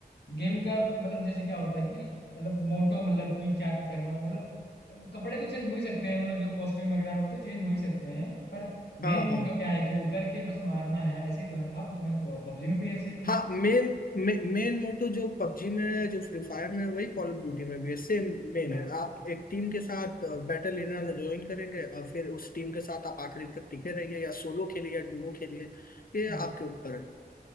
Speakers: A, on the left; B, on the left.
A: गेम का मतलब जैसे क्या होता है कि मतलब मोटो मतलब कि क्या करना मतलब कपड़े तो चेंज हो ही सकते हैं मतलब जो कॉस्ट्यूम वगैरह है वो तो चेंज हो ही सकते हैं पर मेन
B: हाँ
A: मोटो
B: हाँ
A: क्या है कि उतर के बस मारना है ऐसे ही तो है था उसमें पबजी में भी ऐसे ही है
B: हाँ मेन मेन मोटो जो पबजी में है जो फ्री फायर में है वही कॉल ऑफ ड्यूटी में भी है सेम मेन
A: हाँ
B: है आप एक टीम के साथ बैटल एरिया में ज्वाइन करेंगे और फिर उस टीम के साथ आप आखिरी तक टिके रहिए या सोलो खेलिए या डुओ खेलिए ये
A: हाँ,
B: आपके ऊपर है